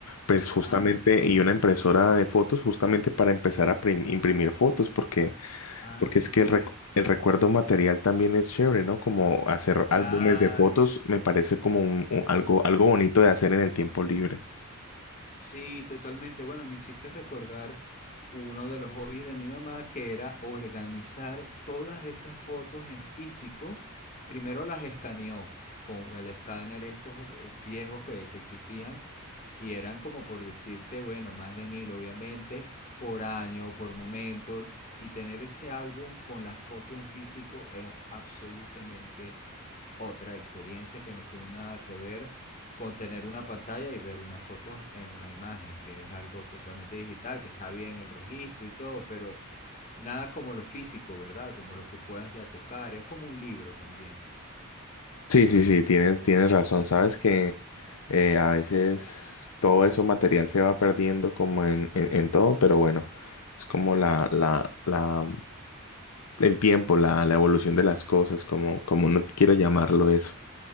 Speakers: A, on the left (about 75°); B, on the left (about 35°).
A: pues justamente,
B: Ah,
A: y una impresora de fotos justamente para empezar a prim- imprimir fotos, porque,
B: ah,
A: porque es que
B: mira.
A: el, recu- el recuerdo material también es chévere, ¿no? Como hacer
B: Claro.
A: álbumes de fotos me parece como un- un- algo, algo bonito de hacer en el tiempo libre.
B: Sí, totalmente. Bueno, me hiciste recordar uno de los hobbies de mi mamá que era organizar todas esas fotos en físico. Primero las escaneó con el escáner estos eh, viejos que, que existían y eran como por decirte, bueno, más de mil obviamente, por año, por momento. Y tener ese álbum con la foto en físico es absolutamente otra experiencia que no tiene nada que ver con tener una pantalla y ver una foto en una imagen, que es algo totalmente digital, que está bien el registro y todo, pero nada como lo físico, ¿verdad? Como lo que puedas ya tocar. Es como un libro también.
A: Sí, sí, sí, tienes, tienes razón. Sabes que eh, a veces todo eso material se va perdiendo como en, en, en todo, pero bueno, es como la, la, la, el tiempo, la, la evolución de las cosas, como, como no quiera llamarlo eso.